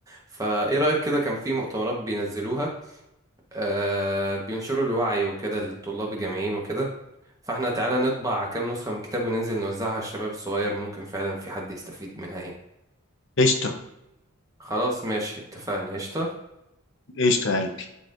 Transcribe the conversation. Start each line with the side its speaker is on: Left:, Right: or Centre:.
Right: فايه رايك كده كان في مؤتمرات بينزلوها آه بينشروا الوعي وكده للطلاب الجامعيين وكده فاحنا تعالى نطبع كام نسخة من الكتاب وننزل نوزعها على الشباب الصغير ممكن فعلا في حد يستفيد منها يعني
Left: قشطه
Right: خلاص ماشي اتفقنا قشطة
Left: قشطه يا قلبي